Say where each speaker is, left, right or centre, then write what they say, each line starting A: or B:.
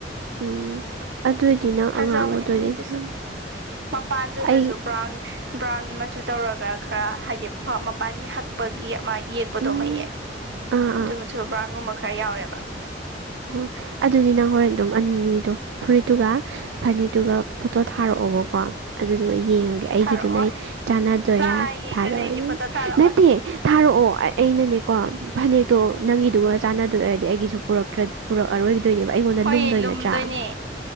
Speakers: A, on the right (about 85°); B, on the right (about 70°).
A: ꯎꯝ ꯑꯗꯨꯑꯣꯏꯗꯤ ꯅꯪ
B: ꯐꯖꯕꯅꯦ
A: ꯑꯉꯥꯡꯕꯗ
B: ꯑꯩꯒꯤꯗꯨꯁꯨ
A: ꯑꯣꯏꯅ ꯁꯤꯖꯤꯟꯅ
B: ꯃꯄꯥꯟꯗꯨꯗꯁꯨ
A: ꯑꯩ
B: ꯕ꯭ꯔꯥꯎꯟ ꯕ꯭ꯔꯥꯎꯟ ꯃꯆꯨ ꯇꯧꯔꯒ ꯈꯔ ꯍꯥꯏꯗꯤ ꯃꯄꯥꯟꯒꯤ ꯍꯛꯄꯒꯤ ꯑꯃ ꯌꯦꯛꯄꯗꯣ
A: ꯎꯝ
B: ꯃꯩꯑ
A: ꯑꯥ
B: ꯃꯆꯨ ꯃꯆꯨ ꯕ꯭ꯔꯥꯡꯒꯨꯝꯕ ꯈꯔ ꯌꯥꯎꯋꯦꯕ
A: ꯑꯣ ꯑꯗꯨꯗꯤ ꯅꯪ ꯍꯣꯔꯦꯟ ꯑꯗꯨꯝ ꯑꯅꯤꯗꯣ ꯐꯨꯔꯤꯠꯇꯨꯒ ꯐꯅꯤꯠꯇꯨꯒ ꯐꯣꯇꯣ ꯊ ꯊꯥꯔꯛꯑꯣꯕꯀꯣ ꯑꯗꯨꯗ ꯑꯩ ꯌꯦꯡꯉꯒꯦ ꯑꯩꯒꯤꯗꯨ
B: ꯊꯥꯔꯛꯑꯣ
A: ꯅ ꯑꯩ ꯆꯥꯟꯅꯗꯣꯏꯔꯥ
B: ꯂꯥꯛꯑ ꯌꯦꯡꯗ꯭ꯔꯗꯤ
A: ꯊꯥꯔꯛꯑꯣꯏꯅꯦ
B: ꯑꯩꯗꯤ ꯐꯣꯇꯣ ꯊꯥꯔꯛꯑꯣꯏ
A: ꯅꯠꯇꯦ ꯊꯥꯔꯛꯑꯣ ꯑꯩꯅꯅꯦꯀꯣ ꯐꯅꯦꯛꯇꯣ ꯅꯪꯒꯤꯗꯨꯒ ꯆꯥꯟꯅꯗꯣꯏ ꯑꯣꯏꯔꯗꯤ ꯑꯩꯒꯤꯁꯨꯔ꯭ꯔ ꯄꯨꯛ ꯑꯔꯣꯏꯗꯣꯏꯅꯦꯕ ꯑꯩꯉꯣꯟꯗ
B: ꯍꯣꯏ
A: ꯂꯨꯝꯗꯣꯏ
B: ꯂꯨꯝꯗꯣꯏꯅꯦ
A: ꯅꯠꯇ꯭ꯔꯥ